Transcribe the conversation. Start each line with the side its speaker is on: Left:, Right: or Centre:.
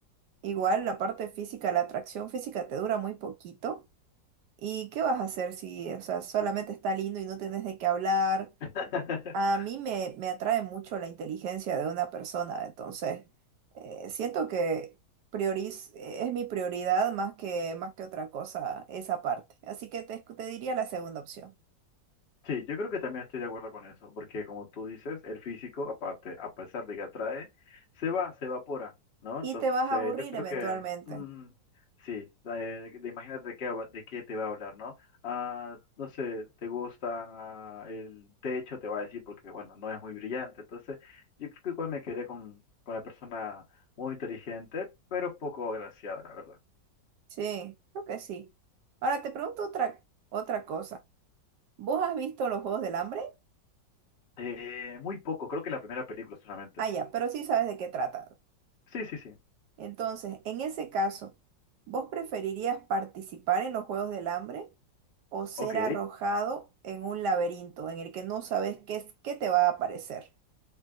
Right: Igual la parte física, la atracción física te dura muy poquito. ¿Y qué vas a hacer si, o sea, solamente está lindo y no tenés de qué hablar?
Left: <laughs>
Right: A mí me, me atrae mucho la inteligencia de una persona, entonces eh, siento que prioriz eh, es mi prioridad más que, más que otra cosa esa parte. Así que te, te diría la segunda opción.
Left: Sí, yo creo que también estoy de acuerdo con eso, porque como tú dices, el físico, aparte, a pesar de que atrae, se va, se evapora, ¿no? Entonces,
Right: Y te vas a aburrir
Left: yo creo
Right: eventualmente.
Left: que, mm, sí, eh, de- imagínate de qué, hab- de qué te va a hablar, ¿no? Ah, no sé, te gusta ah, el techo, te va a decir, porque, bueno, no es muy brillante. Entonces, yo creo que igual me quedé con, con la persona muy inteligente, pero poco agraciada, la verdad.
Right: Sí, creo que sí. Ahora te pregunto otra, otra cosa. ¿Vos has visto los Juegos del Hambre?
Left: Eh, muy poco, creo que la primera película solamente.
Right: Ah, ya, pero sí sabes de qué trata.
Left: Sí, sí, sí.
Right: Entonces, en ese caso, ¿vos preferirías participar en los Juegos del Hambre o ser
Left: Ok.
Right: arrojado en un laberinto en el que no sabes qué es, qué te va a aparecer?